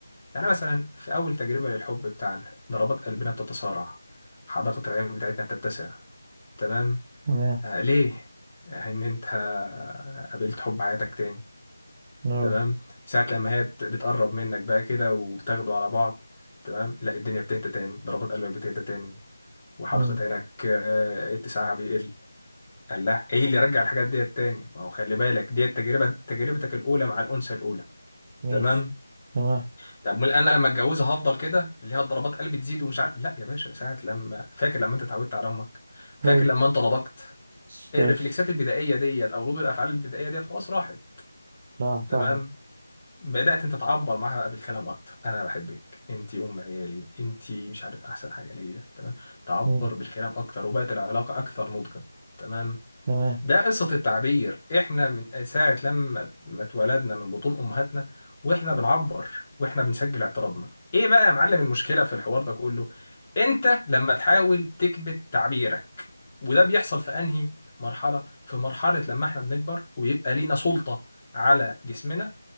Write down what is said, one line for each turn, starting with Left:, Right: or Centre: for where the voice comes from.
Left: يعني مثلا في أول تجربة للحب بتاعنا ضربات قلبنا بتتصارع حدقة العين بتاعتنا بتتسع تمام
Right: تمام
Left: آه ليه؟ آه إن أنت قابلت حب حياتك تاني
Right: نعم
Left: تمام ساعة لما هي بت- بتقرب منك بقى كده وبتاخدوا على بعض تمام لا الدنيا بتهدى تاني ضربات قلبك بتهدى تاني وحدقة
Right: مم.
Left: عينك آه، اتساعها بيقل قال لها ايه اللي يرجع الحاجات ديت تاني ما هو خلي بالك ديت تجربه تجربتك الاولى مع الانثى الاولى
Right: ماشي
Left: تمام
Right: تمام
Left: طب امال انا لما اتجوزها هفضل كده اللي هي الضربات قلبي تزيد ومش عارف لا يا باشا ساعه لما فاكر لما انت اتعودت على امك فاكر
Right: حلو
Left: لما انت نضجت
Right: مش
Left: الرفلكسات
Right: فاكر
Left: البدائيه ديت او ردود الافعال البدائيه ديت خلاص راحت
Right: لا فاهمة
Left: تمام بدات انت تعبر معاها بقى بالكلام اكتر انا بحبك انت ام عيالي انت مش عارف احسن حاجه ليا تمام تعبر
Right: مم.
Left: بالكلام اكتر وبقت العلاقه اكثر نضجا تمام
Right: تمام
Left: ده قصة التعبير احنا من ساعة لما ما اتولدنا من بطون امهاتنا واحنا بنعبر واحنا بنسجل اعتراضنا ايه بقى يا معلم المشكلة في الحوار ده كله انت لما تحاول تكبت تعبيرك وده بيحصل في انهي مرحلة في مرحلة لما احنا بنكبر وبيبقى لينا سلطة على جسمنا